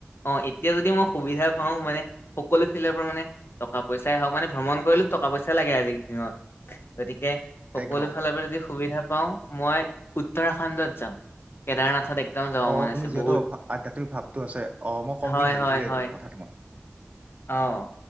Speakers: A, on the left; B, on the right.
A: অ', এতিয়া যদি মই সুবিধা পাওঁ মানে, সকলো ফিলৰ পৰা মানে টকা পইচাই হওঁক মানে, ভ্ৰমণ কৰিলো টকা পইচা লাগে আজিৰ দিনত গতিকে সকলো
B: একদম
A: ফালৰ পৰা যদি সুবিধা পাও, মই উত্তৰাখণ্ডত যাম। কেদাৰনাথত একদম যাব
B: অ
A: মন আছে
B: তুমি যিহেতু
A: বহুত,
B: আধ্যাত্মিক ভাৱটো আছে অ মই ক'ম
A: হয়
B: বুলি ভাবিছিলো
A: হয়
B: এইটোতো
A: হয়
B: কথা তোমাক
A: অ',